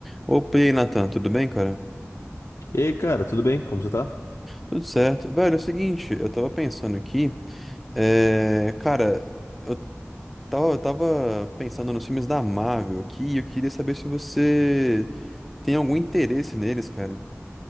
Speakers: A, in the centre; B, on the left.
A: Opa, e aí, Nathan, tudo bem, cara?
B: E aí, cara, tudo bem? Como você tá?
A: Tudo certo. Velho, é o seguinte, eu tava pensando aqui, é, cara, eu tava, eu tava pensando nos filmes da Marvel aqui e eu queria saber se você tem algum interesse neles, cara.